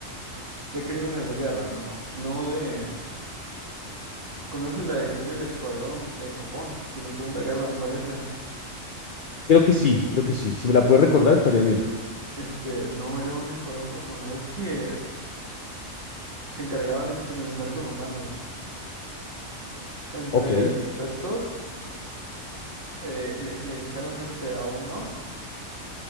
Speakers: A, on the right (about 50°); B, on the left (about 55°).
A: de crímenes de guerra, ¿no? No de... ¿Conoces la historia del escuadrón de Japón, de la Segunda Guerra, me parece?
B: Creo que sí, creo que sí. Si me la puedes recordar, estaría bien.
A: Este, no, era un escuadrón japonés que se encargaba de experimentar con humanos. Entre
B: Ok,
A: sus textos, le, le echaron este, a uno.